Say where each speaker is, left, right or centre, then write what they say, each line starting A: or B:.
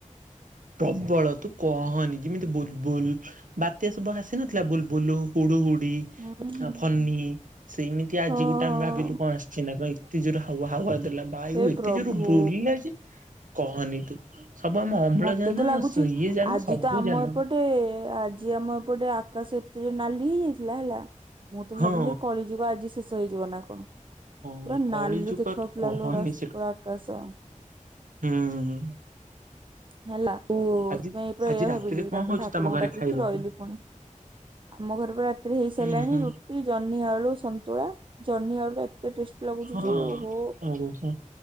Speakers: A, on the right; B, on the right.
A: ପ୍ରବଳ ତୁ କହନି ଯେମିତି ବୁଲୁ ବୁଲୁ ବାତ୍ୟା ସବୁ ହସି ନଥିଲା ବୁଲବୁଲ ହୁଡୁ ହୁଡି।
B: ହୁଁ ହୁଁ ହୁଁ।
A: ଆ ଫନି ସେମିତି ଆଜି
B: ହଁ
A: ଗୋଟେ ଆମେ ଭାବିଲୁ କଣ ଆସି ସିନା କଣ ଏତେ ଜୋର ହା ହାୱା ଦେଲା ବାୟୁ
B: ହେ
A: ଏତେ
B: ପ୍ରଭୁ
A: ଜୋର ବୁଲିଲା ଯେ କହନି ତୁ ସବୁ ଆମ ଅମ୍ଳଜାନ
B: ମତେ ତ ଲାଗୁଛି
A: ଇଏ ଯାନ
B: ଆଜି
A: ସବୁ
B: ତ ଆମ
A: ଯାନ
B: ଏପଟେ ଆଜି ଆମ ଏପଟେ ଆକାଶ ଏତେ ଜୋରେ ନାଲି ହେଇଯାଇଥିଲା ହେଲା ମୁଁ ତ ଭାବିଲି
A: ହଁ
B: କଳିଯୁଗ ଆଜି ଶେଷ ହେଇଯିବ ନା କଣ
A: ହଁ
B: ପୁରା ନାଲି
A: କଳି ଯୁଗ
B: ଦେଖାଉଥିଲା
A: ତୁ କହନି
B: ଲୋ ପୁରା ଆକାଶ।
A: ଉ ହୁଁ।
B: ହେଲା କୁ
A: ଆଜି
B: ସେଥିପାଇଁ
A: ଆଜି
B: ଏଇଆ
A: ରାତିରେ
B: ଭାବିଲି
A: କଣ
B: ତାପରେ
A: ହଉଛି
B: ଠାକୁରଙ୍କୁ
A: ତମ ଘରେ
B: ଡାକିକି
A: ଖାଇବାକୁ?
B: ରହିଲି ପୁଣି। ଆମ ଘରେ ପା ରାତିରେ ହେଇ ସାରିଲାଣି
A: ହୁଁ ହୁଁ
B: ରୁଟି ଜହ୍ନି ଆଳୁ ସନ୍ତୁଳା ଜହ୍ନି ଆଳୁ ଏତେ ଟେଷ୍ଟି ଲାଗୁଛି
A: ହଁ
B: ଯେ ଓହୋ
A: ଓହୋ